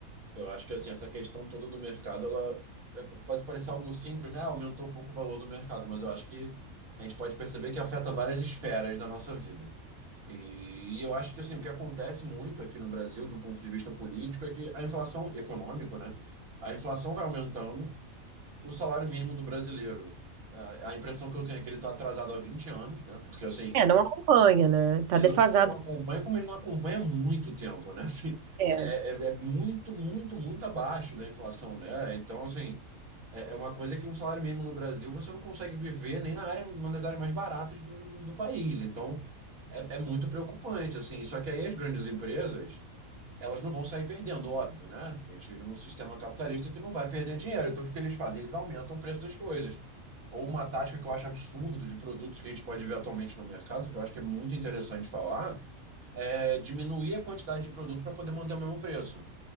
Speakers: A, on the right (about 85°); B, on the right (about 65°).
A: Eu acho que, assim, essa questão toda do mercado, ela é, pode parecer algo simples, né? Ah, Aumentou um pouco o valor do mercado, mas eu acho que a gente pode perceber que afeta várias esferas da nossa vida. E, e eu acho que assim, o que acontece muito aqui no Brasil, do ponto de vista político, é que a inflação, e econômico, né? A inflação vai aumentando, o salário mínimo do brasileiro. A, a impressão que eu tenho é que ele está atrasado há 20 anos, né? Porque assim,
B: É, não acompanha, né? Tá
A: ele
B: defasado.
A: não só não acompanha, como ele não acompanha há muito tempo, né? <laughs> Assim,
B: É.
A: é, é, é é muito, muito, muito abaixo da inflação, né? Então, assim, é, é uma coisa que um salário mínimo no Brasil você não consegue viver nem na área, uma das áreas mais baratas do, do país. Então, é, é muito preocupante, assim. Só que aí as grandes empresas, elas não vão sair perdendo, óbvio, né? A gente vive num sistema capitalista que não vai perder dinheiro. Então, o que que eles fazem? Eles aumentam o preço das coisas. Ou uma tática que eu acho absurdo de produtos que a gente pode ver atualmente no mercado, que eu acho que é muito interessante falar, é diminuir a quantidade de produto para poder manter o mesmo preço.